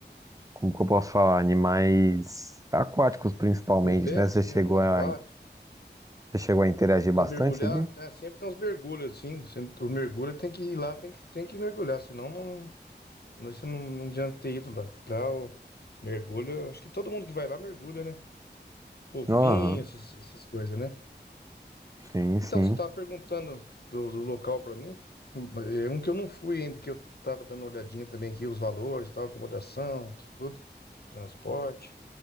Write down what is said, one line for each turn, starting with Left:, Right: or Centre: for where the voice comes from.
Right: como que eu posso falar? Animais aquáticos principalmente,
Left: Silvestres,
Right: né? Você chegou
Left: né,
Right: a,
Left: aquático,
Right: você chegou a interagir bastante
Left: da mergulhar,
Right: ali?
Left: né, sempre tem uns mergulhos, assim, sempre, o mergulho tem que ir lá, tem que, tem que mergulhar, senão não, não, você não, não adianta ter ido lá. Lá o mergulho, acho que todo mundo que vai lá mergulha, né? Golfinho,
Right: Aham,
Left: essas, essas coisas, né?
Right: Sim, sim.
Left: Então, você estava perguntando do, do local para mim. Um é um que eu não fui ainda, que eu estava dando uma olhadinha também aqui, os valores, tal, acomodação, tudo, transporte.